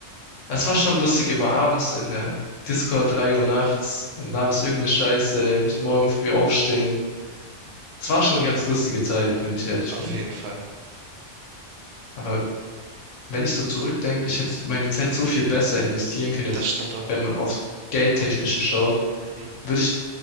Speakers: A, on the left; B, on the right.
A: Das war schon lustig, immer abends in der Discord 3 Uhr nachts und laberst irgendeine Scheiße, ihr müsst morgen früh aufstehen. Es war schon eine ganz lustige Zeit, wenn ich ehrlich
B: auf
A: bin.
B: jeden Fall.
A: Aber wenn ich so zurückdenke, ich hätte meine Zeit so viel besser investieren können, jetzt,
B: Das stimmt auch.
A: wenn man aufs Geldtechnische schaut,
B: Mhm.
A: würde ich